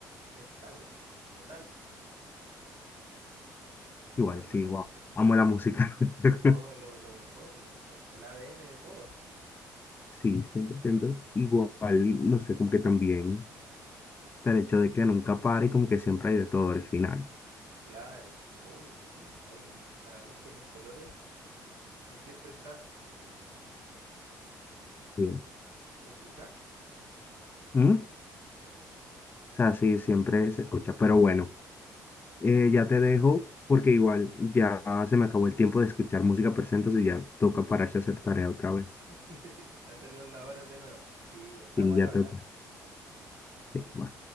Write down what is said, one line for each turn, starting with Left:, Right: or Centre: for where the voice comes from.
Right: está presente, totalmente.
Left: Igual,
Right: Súper loco
Left: sí,
Right: eso,
Left: wow,
Right: ¿cierto?
Left: amo la música. <laughs>
Right: No, lo, lo mejor, lo mejor. El ADN de todos.
Left: Sí, cien por ciento Igual, no sé, como que también está el hecho de que nunca pare y como que siempre hay de todo al final.
Right: Claro, obvio, sí. Hay para gustos los colores y siempre está...
Left: Sí.
Right: ¿Se escucha?
Left: ¿Mm? O sea, sí, siempre se escucha. Pero bueno, eh, ya te dejo porque igual ya se me acabó el tiempo de escuchar música, pero entonces ya toca pararse a hacer tarea otra vez.
Right: <laughs> Hacer los labores de nuevo. Sí, estamos
Left: Sí,
Right: al
Left: ya
Right: habla.
Left: toca. Sí, bye.